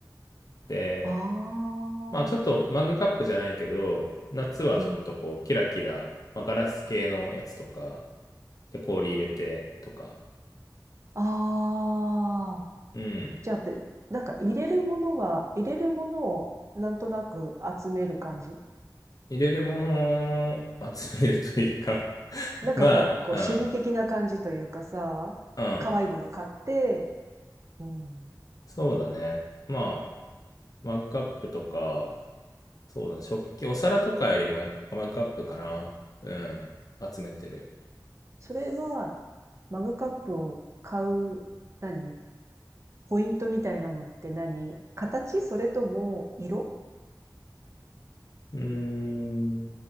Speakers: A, on the left; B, on the right.
A: で、
B: ああ、
A: まあちょっとマグカップじゃないけど、夏はちょっとこう、
B: うん。
A: キラキラ、まあ、ガラス系のやつとか、で、氷入れてとか。
B: ああ。
A: うん。
B: じゃあ、べなんか入れるものが、入れるものをなんとなく集める感じ
A: 入れるものを集めるというか <laughs>
B: なんかほら、
A: まあ、
B: こう趣味的な感じというかさ、
A: うん、うん、
B: 可愛いもの買って、うん。
A: そうだね。まあ、マグカップとか、そうだね、食器、お皿とかよりもやっぱマグカップかな。うん、集めてる。
B: それは、マグカップを買う、何ポイントみたいなのって何形それとも色
A: うーん、